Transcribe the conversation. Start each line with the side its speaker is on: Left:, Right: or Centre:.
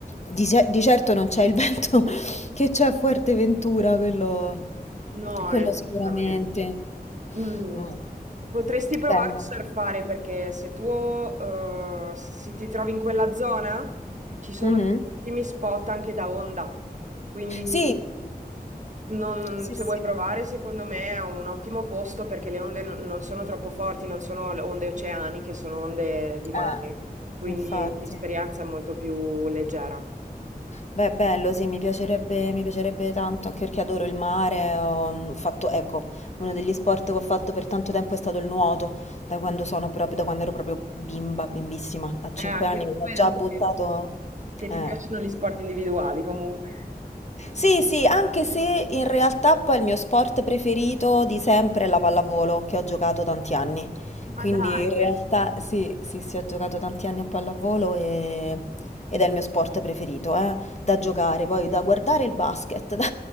Left: di, ce- di certo non c'è il <laughs> vento che c'è a Fuerteventura, quello,
Right: No,
Left: quello
Right: assolutamente.
Left: sicuramente.
Right: Mm,
Left: Mm.
Right: Potresti provare
Left: Bello.
Right: a surfare perché se tu eh, si- ti trovi in quella zona ci sono
Left: Mhm.
Right: tantissimi spot anche da onda, quindi
Left: Sì.
Right: Non- non-
Left: Sì,
Right: se
Left: sì.
Right: vuoi provare, secondo me è un ottimo posto perché le onde non non sono troppo forti, non sono le onde oceaniche, sono onde di mare,
Left: Eh,
Right: quindi
Left: infatti.
Right: l'esperienza è molto più leggera.
Left: Beh, bello, sì, mi piacerebbe, mi piacerebbe tanto, anche perché adoro il mare. Ho mm, fatto, ecco, uno degli sport che ho fatto per tanto tempo è stato il nuoto, da quando sono proprio, da quando ero proprio bimba, bimbissima. A 5
Right: Eh, anche
Left: anni
Right: tu
Left: mi
Right: vedo
Left: ho già
Right: che,
Left: buttato.
Right: che ti
Left: eh.
Right: piacciono gli sport individuali comunque.
Left: Sì, sì, anche se in realtà poi il mio sport preferito di sempre è la pallavolo, che ho giocato tanti anni.
Right: Ma
Left: Quindi
Right: dai,
Left: in realtà sì, sì, sì, ho giocato tanti anni a pallavolo e- ed è il mio sport preferito, eh, da giocare, poi da guardare il basket, <laughs> da,